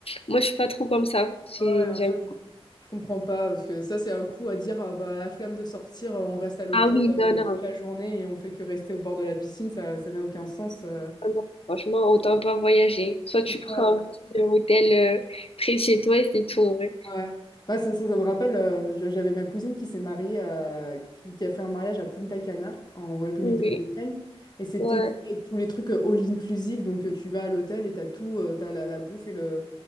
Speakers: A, on the left; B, on the left.
A: moi, je suis pas trop comme ça. J'ai-
B: Ouais,
A: J'aime.
B: ça, je, je comprends pas, parce que ça, c'est un coup à dire, ah, bah, la flemme de sortir, euh, on reste à l'hôtel
A: Ah oui, non,
B: euh,
A: non.
B: toute la journée et on fait que rester au bord de la piscine, ça, ça n'a aucun sens. euh.
A: Ah non. Franchement, autant pas voyager. Soit tu
B: C'est
A: prends
B: ça.
A: un petit euh, hôtel euh, près de chez toi et c'est tout, en vrai.
B: Ouais. Ouais, ça, ça- ça me rappelle, euh, j- j'avais ma cousine qui s'est mariée, euh, qui, qui a fait un mariage à Punta Cana, en République
A: Oui.
B: dominicaine. Et c'était
A: Ouais.
B: tu sais, tous les trucs euh, all inclusive. Donc euh, tu vas à l'hôtel et tu as tout, tu as la, la bouffe et le,